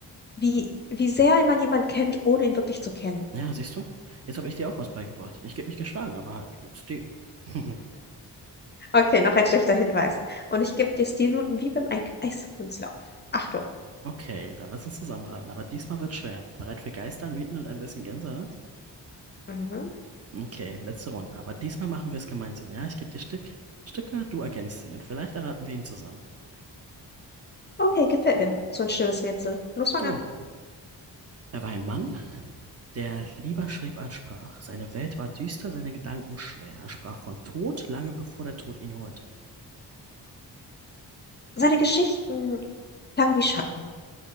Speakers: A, on the left (about 25°); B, on the right (about 35°).
A: wie, wie sehr man jemanden kennt, ohne ihn wirklich zu kennen.
B: Ja, siehst du? Jetzt habe ich dir auch was beigebracht. Ich geb mich geschlagen, aber halt mit Stil. <laughs>
A: Okay, noch ein schlechter Hinweis. Und ich gebe dir Stilnoten wie beim Eik- Eiskunstlauf. Achtung.
B: Okay, dann lass uns zusammenraten. Aber diesmal wird schwer. Bereit für Geister, Mythen und ein bisschen Gänsehaut?
A: Mhm.
B: Okay, letzte Runde. Aber diesmal machen wir es gemeinsam. Ja, ich gebe dir Stück, Stücke, du ergänzt sie und vielleicht erraten wir ihn zusammen.
A: Okay, gefällt mir. So ein stilles Rätsel. Los, fang
B: Jo.
A: an.
B: Er war ein Mann, der lieber schrieb als sprach. Seine Welt war düster, seine Gedanken schwer. Er sprach von Tod, lange bevor der Tod ihn holte.
A: Seine Geschichten klangen wie Schatten.